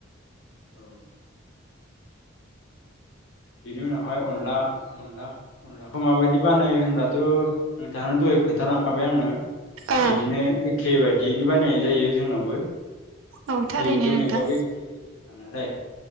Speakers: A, on the left (about 75°); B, on the right (about 85°).
A: औ बिनि उनावहाय अनला अनला अनलाखौ माबायदि बानायो होनब्लाथ' नोंथाङा दहाय खोन्थालांखाबाय आंनो
B: औ
A: बिदिनो एखे बायदियैनो बानायनाय जायो जोंनावबो।
B: औ थारैनो
A: जिहेथु
B: नोंथां
A: गैगंआबो एखे एखे खाना लाय